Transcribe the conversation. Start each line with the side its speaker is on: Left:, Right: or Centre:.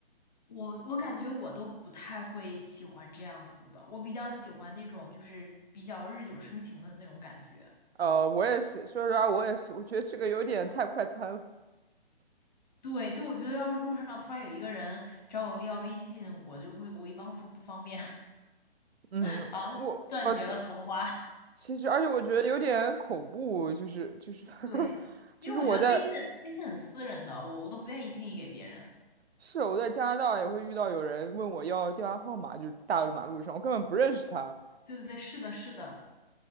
Left: 我我感觉我都不太会喜欢这样子的，我比较喜欢那种就是比较日久生情的那种感觉。
Right: 呃，我也是，说实话，我也是，我觉得这个有点太快餐了。
Left: 对，就我觉得要是路上突然有一个人找我要微信，我就会我一般会说不方便，
Right: 嗯，
Left: <laughs> 完了断绝了桃花。
Right: 我呃，其其实，而且我觉得有点恐怖，就是就是
Left: 对，
Right: <laughs>
Left: 因为我觉得微信微信很私人的，
Right: 就是我在
Left: 我我都不愿意轻易给别人。
Right: 是我在加拿大也会遇到有人问我要电话号码，就是大马路上，我根本不认识他。
Left: 对对对，是的，是的。